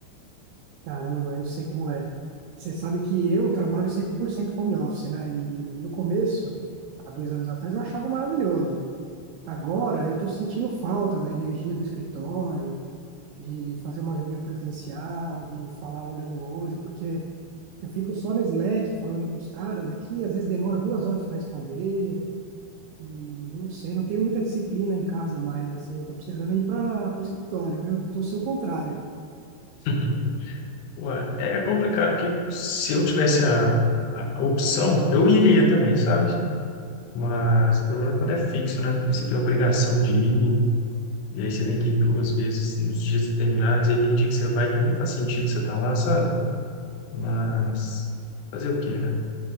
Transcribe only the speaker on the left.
<laughs> Ué, é complicado, porque se eu tivesse a, a opção, eu iria também, sabe? Mas o problema é quando é fixo, né? Aí Você tem a obrigação de ir, e aí você tem que ir duas vezes nos dias determinados, aí tem dia que você vai que nem faz sentido você estar lá, sabe? Mas fazer o quê, né?